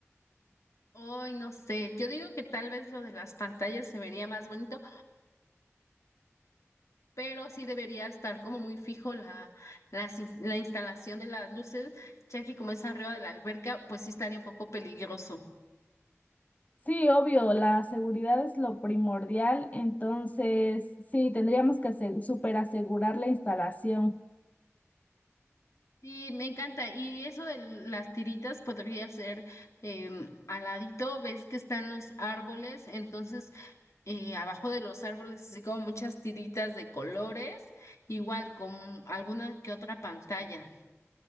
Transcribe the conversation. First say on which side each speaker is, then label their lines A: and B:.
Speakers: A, on the left; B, on the left.
A: Ay no sé, yo digo que tal vez lo de las pantallas se vería más bonito, pero sí debería estar como muy fijo la, las ins- la instalación de las luces, ya que como es arriba de la alberca, pues sí estaría un poco peligroso.
B: Sí, obvio, la seguridad es lo primordial, entonces sí, tendríamos que ase- super asegurar la instalación.
A: Sí, me encanta. Y eso de las tiritas podría ser em, al ladito, ves que están los árboles, entonces eh, abajo de los árboles, así como muchas tiritas de colores, igual con alguna que otra pantalla.